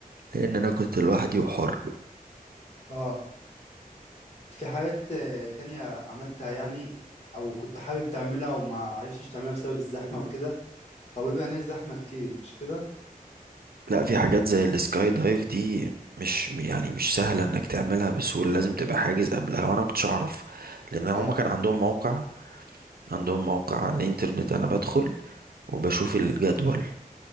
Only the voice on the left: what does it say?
اه في حاجات آه، تانية عملتها يعني أو كنت حابب تعملها وما عرفتش تعملها بسبب الزحمة وكده هو بيبقى هناك زحمة كتير مش كده؟
اه